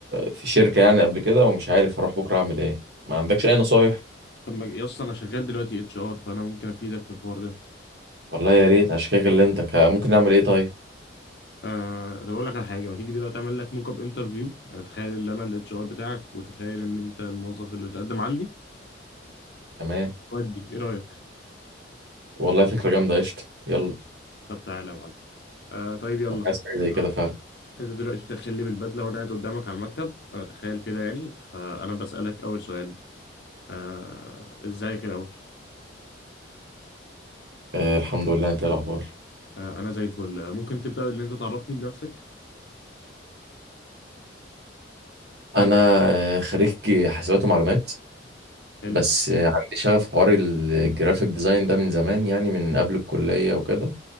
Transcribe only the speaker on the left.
طب ما يا اسطى انا شغال دلوقتي اتش ار فانا ممكن افيدك في الحوار ده
آه طب اقول لك على حاجه ما تيجي دلوقتي اعمل لك موك اب انترفيو يعني تخيل ان انا الاتش ار بتاعك وتخيل ان انت الموظف اللي بتقدم عندي
وودي ايه رايك
طب تعالى يا معلم آه طيب يلا
آه
انت دلوقتي تخلي بالبدله وانا قاعد قدامك على المكتب آه تخيل كده يعني فانا بسالك اول سؤال آه ازيك الاول
آه انا زي الفل آه ممكن تبدا ان انت تعرفني بنفسك
حلو